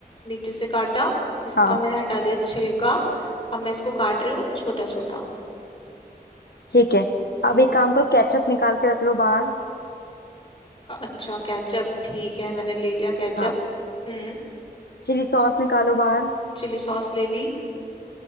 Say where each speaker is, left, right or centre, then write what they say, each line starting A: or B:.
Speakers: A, on the left; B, on the left.
A: नीचे से काटा इसका
B: हाँ
A: मैंने हटा दिया छिलका अब मैं इसको काट रही हूँ छोटा छोटा
B: ठीक है
A: हम्म
B: अब एक काम करो केचप निकाल के रख लो बाहर
A: अच्छा केचप ठीक है मैंने ले लिया केचप
B: हाँ
A: हम्म
B: चिली सॉस निकालो बाहर
A: चिली सॉस ले ली